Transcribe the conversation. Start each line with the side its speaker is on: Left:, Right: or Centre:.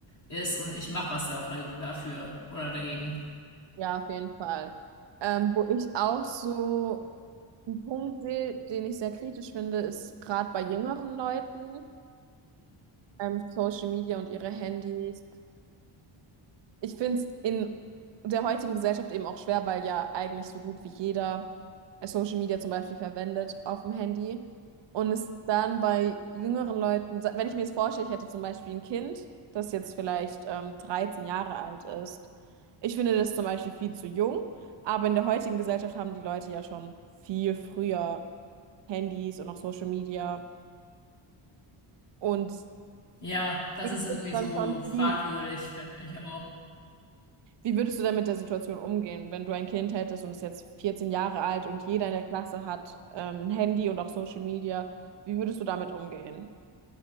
Left: ist und ich mache was da auch dafür oder dagegen.
Right: Ja, auf jeden Fall. Ähm, wo ich auch so einen Punkt sehe, den ich sehr kritisch finde, ist gerade bei jüngeren Leuten. ähm, Social Media und ihre Handys. Ich finde es in der heutigen Gesellschaft eben auch schwer, weil ja eigentlich so gut wie jeder äh, Social Media zum Beispiel verwendet auf dem Handy. Und es dann bei jüngeren Leuten, wenn ich mir jetzt vorstelle, ich hätte zum Beispiel ein Kind, das jetzt vielleicht ähm, 13 Jahre alt ist. Ich finde das zum Beispiel viel zu jung, aber in der heutigen Gesellschaft haben die Leute ja schon viel früher Handys und auch Social Media. Und
Left: Ja, das
Right: ich
Left: ist
Right: finde
Left: irgendwie
Right: es dann
Left: so
Right: schon
Left: fragwürdig,
Right: schwierig.
Left: finde ich auch.
Right: Wie würdest du denn mit der Situation umgehen, wenn du ein Kind hättest und es jetzt 14 Jahre alt und jeder in der Klasse hat ähm, ein Handy und auch Social Media? Wie würdest du damit umgehen?